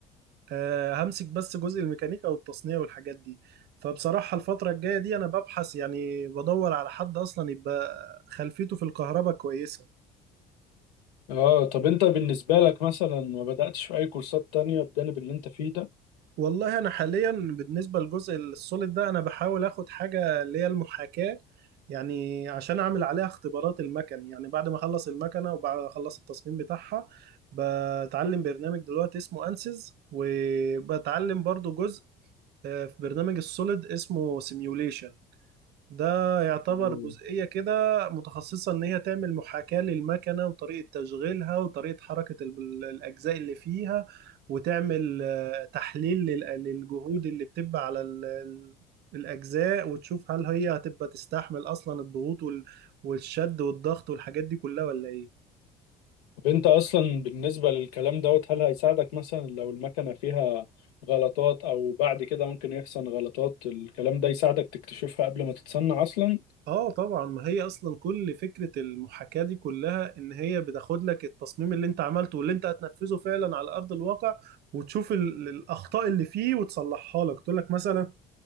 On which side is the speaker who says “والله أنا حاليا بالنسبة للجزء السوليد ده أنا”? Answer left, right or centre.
Right